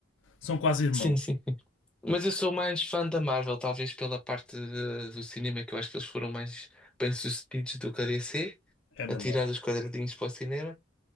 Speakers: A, on the left (about 80°); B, in the centre.
A: são quase irmãos,
B: Sim, sim. Mas eu sou mais fã da Marvel, talvez pela parte de- do cinema, que eu acho que eles foram mais bem-sucedidos do que a DC,
A: é verdade.
B: a tirar os quadradinhos para o cinema.